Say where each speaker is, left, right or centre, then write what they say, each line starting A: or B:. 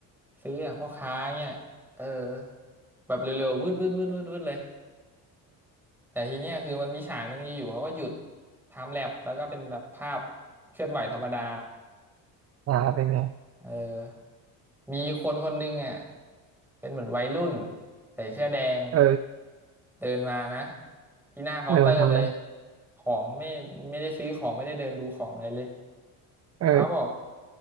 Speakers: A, in the centre; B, on the right (about 35°).
A: ซื้ออย่างพ่อค้าเนี่ยเออแบบเร็วๆวืดวืดวืดวืดวืดเลยแต่ทีเนี้ยคือมันมีฉากหนึ่งอยู่ๆเขาก็หยุดไทม์แลปแล้วก็เป็นแบบภาพเคลื่อนไหวธรรมดา
B: อ่าเป็นไง
A: เออมีคนคนหนึ่งอ่ะเป็นเหมือนวัยรุ่นใส่เสื้อแดง
B: เออ
A: เดินมานะที่หน้าเคาน์เตอร์เลย
B: เออมันทำอะไร
A: ของไม่ไม่ได้ซื้อของไม่ได้เดินดูของอะไรเลย
B: เออ
A: เขาบอก